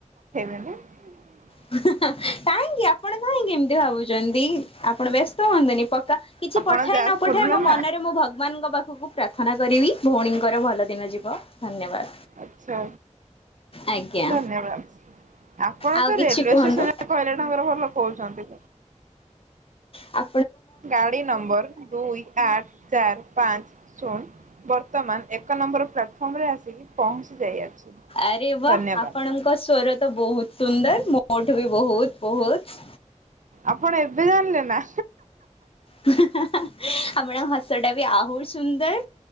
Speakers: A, on the right (about 85°); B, on the left (about 45°).
A: <unintelligible>
B: କାହିଁକି ଆପଣ କାହିଁକି ଏମିତି ଭାବୁଛନ୍ତି ଆପଣ ବ୍ୟସ୍ତ ହୁଅନ୍ତୁ ନି କିଛି
A: ଆପଣ
B: ପଠାଏ
A: ଯାଜପୁର
B: ନ ପଠାଏ
A: ନା
B: ମୋ
A: ନା।
B: ମନରେ ମୁଁ ଭଗବାନଙ୍କ ପାଖକୁ ପ୍ରାର୍ଥନା ନା କରିବି ଭଉଣୀଙ୍କର ଭଲ ଦିନ ଯିବ ଧନ୍ୟବାଦ।
A: ଆଛା
B: ଆଜ୍ଞା
A: ଧନ୍ୟବାଦ। ଆପଣ
B: ଆଉ
A: ତ
B: କିଛି
A: ରେଲୱେ
B: କୁହନ୍ତୁ
A: ଷ୍ଟେସନରେ କହିଲେ <unintelligible> ତାଙ୍କର ଭଲ କହୁଛନ୍ତି।
B: ଆ
A: ଗାଡି ନମ୍ବର ଦୁଇ ଆଠ ଚାରି ପାଞ୍ଚ ଶୂନ ବର୍ତ୍ତମାନ ଏକ ନମ୍ବର ପ୍ଲାଟଫର୍ମ ରେ ଆସିକି ପହଞ୍ଚି ଯାଇଅଛି,
B: ଆରେ ବା
A: ଧନ୍ୟବାଦ।
B: ଆପଣଙ୍କ ସ୍ୱର ତ ବହୁତ ସୁନ୍ଦର ମୋଠୁ ବି ବହୁତ ବହୁତ
A: ଆପଣ ଏବେ ଜାଣିଲେ ନା
B: ହେ ହେ ହେ ହେ ଆପଣଙ୍କ ହସ ଟା ବି ଆହୁରି ସୁନ୍ଦର